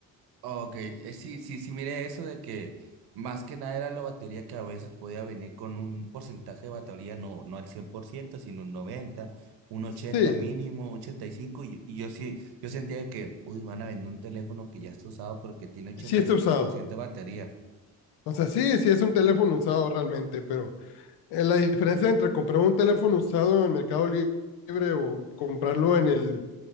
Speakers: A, on the right; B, on the left.
A: Ok, eh, sí, sí, sí, mire eso de que más que nada era la batería que a veces podía venir con un porcentaje de batería, no, no al 100%, sino un 90, un 80
B: Sí,
A: mínimo, ochenta y, cinco. y y yo sí, yo sentía que, uy, van a vender un teléfono que ya está usado porque tiene ochenta
B: sí está
A: y cinco
B: usado.
A: por ciento de batería.
B: O sea, sí, sí es un teléfono usado realmente, pero eh, la diferencia entre comprar un teléfono usado en el Mercado Li- Libre o comprarlo en el